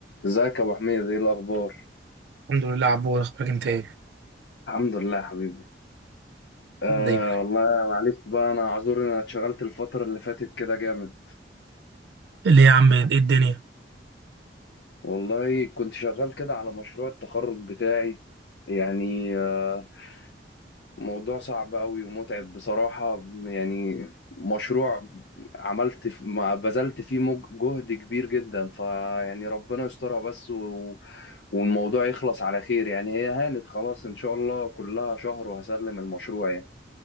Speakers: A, on the left; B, on the right.
A: ازيك يا ابو حميد ايه الاخبار
B: الحمد لله عبود اخبارك انت ايه
A: الحمد لله يا حبيبي آه
B: دايما
A: والله معلش بقى انا اعذر ان انا اتشغلت الفتره اللي فاتت كده جامد
B: ليه يا عم ايه الدنيا
A: والله كنت شغال كده على مشروع التخرج بتاعي يعني آه موضوع صعب قوي ومتعب بصراحه يعني مشروع عملت في- ما بذلت فيه مج- جهد كبير جدا فيعني ربنا يسترها بس و والموضوع يخلص على خير يعني هي هانت خلاص ان شاء الله كلها شهر وهسلم المشروع يعني